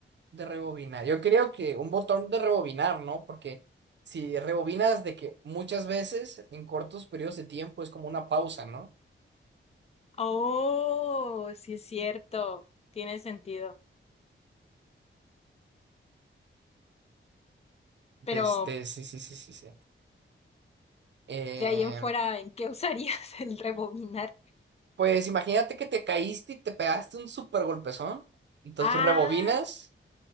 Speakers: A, on the right; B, on the left.
A: de rebobinar. Yo creo que un botón de rebobinar, ¿no? Porque si rebobinas de que muchas veces en cortos periodos de tiempo es como una pausa, ¿no?
B: Oh, sí es cierto. Tiene sentido. Pero
A: De Este, sí, sí, sí, sí, sí. Eh,
B: de ahí en fuera, ¿en qué usarías <laughs> el rebobinar?
A: pues imagínate que te caíste y te pegaste un súper golpezón. Entonces
B: Ah,
A: rebobinas,